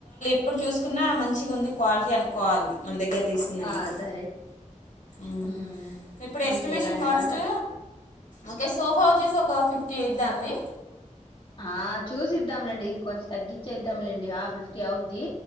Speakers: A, on the left (about 80°); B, on the left (about 45°).
A: ఇప్పుడు చూసుకున్నా మంచిగా ఉంది క్వాలిటీ అనుకోవాలి మన దగ్గర్ తీసుకున్నంక
B: ఆ! సరే.
A: ఊమ్
B: హ్మ్.
A: ఇప్పుడు
B: మీకెలాంటి
A: ఎస్టిమేషన్ కాస్టు
B: కావాలంటే
A: ఒక సోఫా వచ్చేసి ఒక ఫిఫ్టీ ఎయిదా అండి
B: ఆ చూసిద్దాంలేండి కొంచెం తగ్గచ్చేద్దాంలేండి ఆ ఫిఫ్టీ అవుద్ది